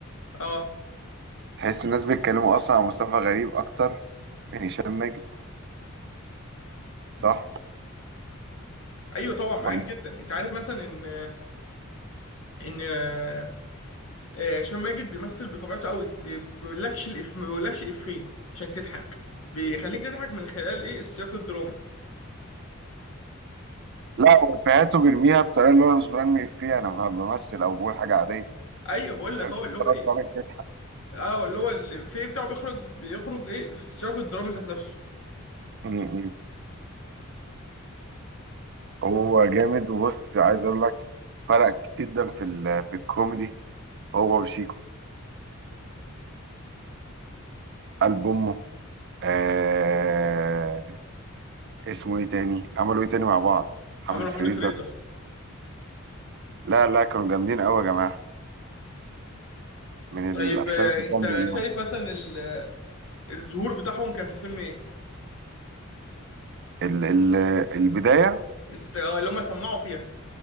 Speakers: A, on the left (about 70°); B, on the right (about 55°).
A: اه
B: تحس الناس بيتكلموا اصلا عن مصطفى غريب اكتر من هشام ماجد صح
A: ايوه طبعا معاك
B: ولا
A: جدا انت عارف مثلا ان ان آه، آه، هشام ماجد بيمثل بطبيعته قوي بي- بيقولكش الإف ما بيقولكش إفيه عشان تضحك بيخليك تضحك من خلال إيه السياق الدرامي
B: لا هو افيهاته بيرميها بطريقه اللي هو أنا مش برمي فيها انا بمثل او بقول حاجه عاديه
A: أيوه بقول لك
B: فاهم؟
A: هو اللي هو إيه
B: غصب عنك كده
A: أه اللي هو الإفيه بتاعه بيخرج بيخرج إيه في السياق الدرامي ذات نفسه
B: م- م. هو جامد وبص عايز اقول لك فرق جدا في ال- في الكوميدي هو وشيكو قلب امه آه اسمه ايه تاني عملوا ايه تاني مع بعض حملة
A: عملوا
B: فريزر
A: حملة فريزر
B: لا لا كانوا جامدين قوي يا جماعة من
A: طيب
B: الافلام
A: آه،
B: الجامدة
A: أنت
B: دي.
A: شايف مثلا ال- الظهور بتاعهم كان في فيلم إيه؟
B: ال ال البداية
A: است- آه، اللي هما سمعوا فيها